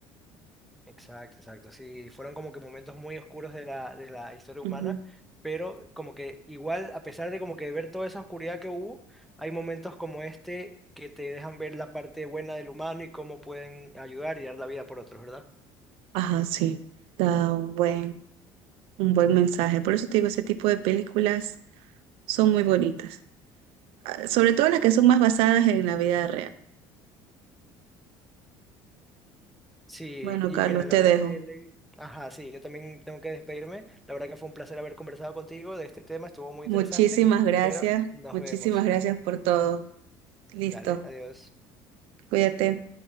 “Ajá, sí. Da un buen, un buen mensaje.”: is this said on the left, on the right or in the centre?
Right